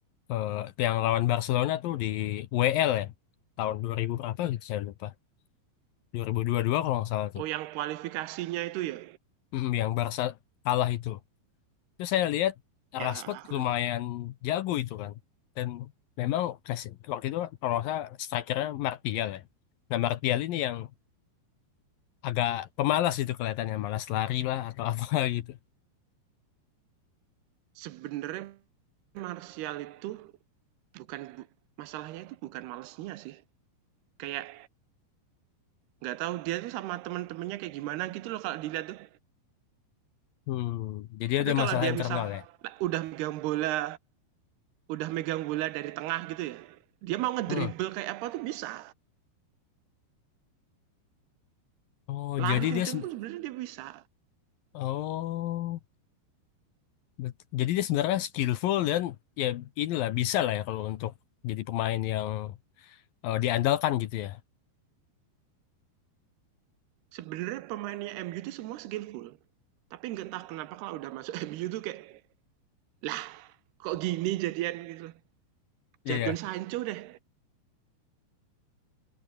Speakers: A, on the left (about 75°); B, on the right (about 70°).
A: eh, yang lawan Barcelona tuh di W L ya. Tahun 2000 berapa gitu saya lupa. 2022 kalau nggak salah tuh.
B: Oh yang kualifikasinya itu ya?
A: Mm, yang Barca kalah itu. Terus saya lihat
B: Ya
A: Rashford
B: aku nonton.
A: lumayan jago itu kan. Dan memang kasih waktu itu kalau nggak salah strikernya Martial ya. Nah Martial ini yang agak pemalas itu kelihatannya. Malas lari lah atau <laughs> apa gitu.
B: Sebenarnya Martial itu bukan masalahnya itu bukan malesnya sih. Kayak nggak tahu dia tuh sama temen-temennya kayak gimana gitu loh kalau dilihat tuh.
A: Hmm, jadi
B: Tapi
A: ada
B: kalau
A: masalah
B: dia
A: internal
B: misal
A: ya.
B: udah megang bola, udah megang bola dari tengah gitu ya, dia mau ngedribble
A: Hmm.
B: kayak apa tuh bisa.
A: Oh,
B: Lari
A: jadi
B: kenceng
A: dia... se-
B: pun sebenarnya dia bisa.
A: Oh. Bet- Jadi dia sebenarnya skillful dan ya inilah bisa lah ya kalau untuk jadi pemain yang eh, diandalkan gitu ya.
B: Sebenarnya pemainnya MU tuh semua skillful. Tapi nggak entah kenapa kalau udah masuk <laughs> MU tuh kayak lah kok gini jadian gitu. loh.
A: Iya,
B: Jadon
A: iya,
B: Sancho deh